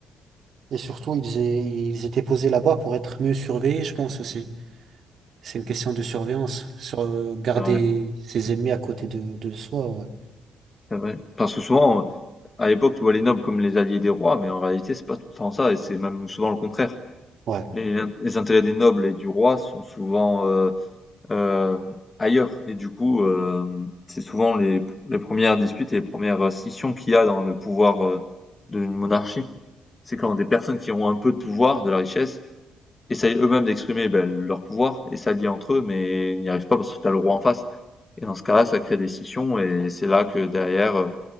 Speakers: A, on the right (about 60°); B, on the left (about 25°).
A: Et surtout, ils, é- ils étaient posés là-bas pour être mieux surveillés, je pense aussi. C'est une question de surveillance, sur euh, garder
B: C'est vrai,
A: ses ennemis à côté de, de soi, ouais.
B: c'est vrai. Parce que souvent, À l'époque, tu vois les nobles comme les alliés des rois, mais en réalité, c'est pas tout le temps ça, et c'est même souvent le contraire.
A: Ouais,
B: Et les les intérêts des nobles et du roi sont souvent euh, euh, ailleurs, et du coup, euh, c'est souvent les, les premières disputes et les premières scissions qu'il y a dans le pouvoir euh, d'une monarchie. C'est quand des personnes qui ont un peu de pouvoir, de la richesse, essayent eux-mêmes d'exprimer ben, leur pouvoir et s'allient entre eux, mais n'y arrivent pas parce que t'as le roi en face. Et dans ce cas-là, ça crée des scissions, et c'est là que derrière euh,